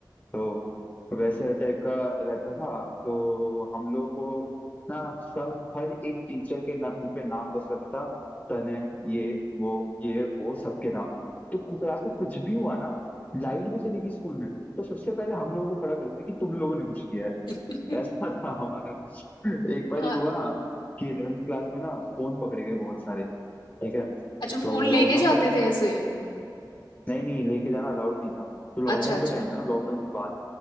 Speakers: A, on the left; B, on the left.
A: तो वैसे टाइप का रहता था तो हम लोग को ना सब हर एक टीचर के ना, मुंह पे नाम बस रखा था तने ये वो ये वो सबके नाम तो क्लास में कुछ भी हुआ ना लाइट भी चली गई स्कूल में तो सबसे पहले हम लोगों को खड़ा करते कि तुम लोगों ने कुछ किया
B: <laughs>
A: है ऐसा था हमारा <laughs> एक बार
B: हाँ
A: ही हुआ कि इलेवेंथ क्लास में ना फोन पकड़े गए बहुत सारे ठीक है
B: अच्छा
A: तो
B: फोन
A: लॉकडाउन
B: लेके जाते
A: का टाइम
B: थे
A: था उस
B: ऐसे
A: टाइम नहीं नहीं लेके जाना अलाउड नहीं था तो लॉकडाउन
B: अच्छा अच्छा
A: का टाइम था ना लॉकडाउन के बाद